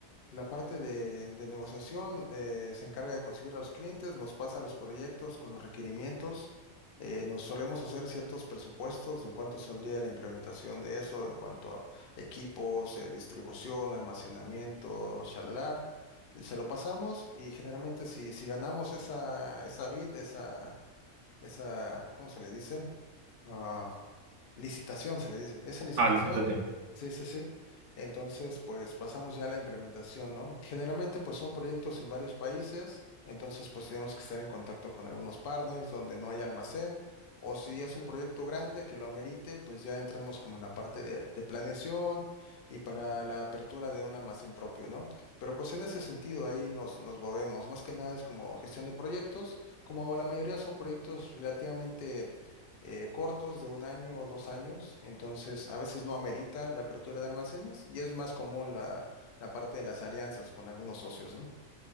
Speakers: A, on the left; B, on the right.
A: la parte de, de negociación eh, se encarga de conseguir a los clientes, nos pasa los proyectos con los requerimientos, eh, nos solemos hacer ciertos presupuestos de en cuánto saldría la implementación de eso, en cuanto a equipos, eh, distribución, almacenamiento, shalala. Se lo pasamos y generalmente si, si ganamos esa, esa bid, esa, esa, ¿cómo se le dice? Ah, Licitación se le dice. Esa licitación,
B: Ah, la situación.
A: sí, sí, sí. Entonces, pues pasamos ya a la implementación, ¿no? Generalmente, pues son proyectos en varios países, entonces, pues tenemos que estar en contacto con algunos partners donde no hay almacén, o si es un proyecto grande que lo amerite, pues ya entramos como en la parte de, de planeación y para la apertura de un almacén propio, ¿no? Pero pues en ese sentido ahí nos, nos movemos. Más que nada es como gestión de proyectos, como la mayoría son proyectos relativamente eh, cortos de un año o dos años, entonces a veces no amerita la apertura de almacenes y es más común la, la parte de las alianzas con algunos socios, ¿no?